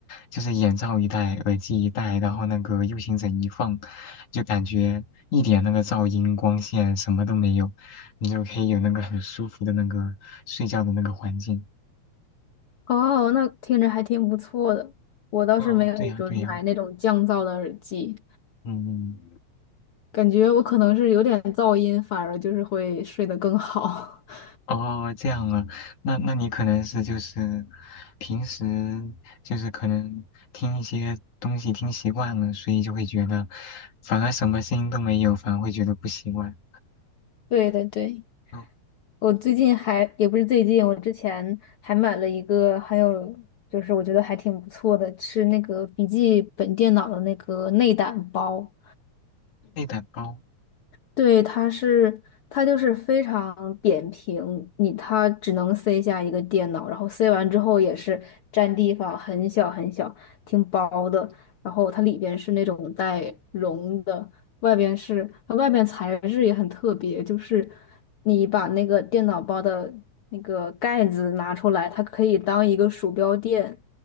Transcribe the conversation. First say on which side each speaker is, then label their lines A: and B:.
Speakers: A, on the left (about 85°); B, on the left (about 55°).
A: 就是眼罩一戴，耳机一戴，然后那个 U 型枕一放，就感觉一点那个噪音、光线什么都没有，你就可以有那个很舒服的那个睡觉的那个环境。
B: 哦，那听着还挺不错的。我倒是没有说买那种降噪的耳机。
A: 哦，对呀，对呀，嗯，
B: 感觉我可能是有点噪音，反而就是会睡得更好。<laughs>
A: 哦，这样啊，那那你可能是就是平时就是可能听一些东西听习惯了，所以就会觉得反而什么声音都没有，反而会觉得不习惯。
B: 对对对，
A: 哦，
B: 我最近还也不是最近，我之前还买了一个，还有就是我觉得还挺不错的，是那个笔记本电脑的那个内胆包。
A: 内胆包，
B: 对，它是，它就是非常扁平，你它只能塞下一个电脑，然后塞完之后也是占地方很小很小，挺薄的。然后它里边是那种带绒的，外边是它外边材质也很特别，就是你把那个电脑包的那个盖子拿出来，它可以当一个鼠标垫，